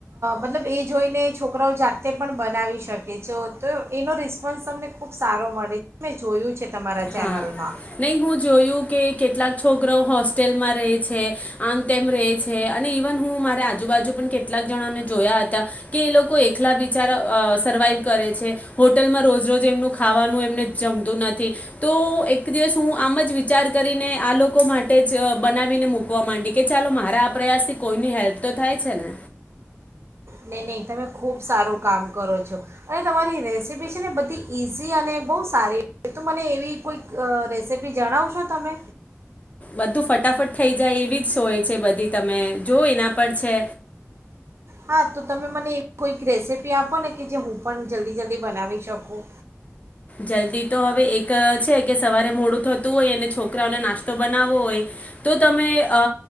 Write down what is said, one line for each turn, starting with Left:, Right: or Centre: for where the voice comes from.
Right: મતલબ એ જોઈને છોકરાઓ જાતે પણ બનાવી શકે છે તો એનો રિસ્પોન્સ તમને ખૂબ સારો મળે છે મેં જોયું છે તમારા ચેનલમાં.
Left: હા નહીં હું જોયું કે કેટલાક છોકરાઓ હોસ્ટેલમાં રહે છે આમ તેમ રહે છે અને ઇવન હું મારે આજુબાજુ પણ કેટલાક જણાને જોયા હતા કે એ લોકો એકલા બિચારા સર્વાઈવ કરે છે હોટલમાં રોજ રોજ એમનું ખાવાનું એમને જમતું નથી. તો એક દિવસ હું આમ જ વિચાર કરીને આ લોકો માટે જ બનાવીને મુૂકવા માંડી કે ચાલો મારા આ પ્રયાસથી કોઈની હેલ્પ તો થાય છે ને.
Right: નહીં નહીં તમે ખૂબ સારું કામ કરો છો, અને તમારી રેસીપી છે ને બધી ઇઝી અને બહુ સારી એ તું મને એવી કોઈક રેસીપી જણાવશો. તમે
Left: બધું ફટાફટ થઈ જાય એવી જ સોય છે બધી તમે જો એના પર છે.
Right: હા તો તમે મને એવી કોઈક રેસીપી આપો ને કે જે હું પણ જલ્દી-જલ્દી બનાવી શકું.
Left: જલ્દી તો હવે એક છે કે સવારે મોડું થતું હોય અને છોકરાઓને નાસ્તો બનાવવો હોય તો તમે અ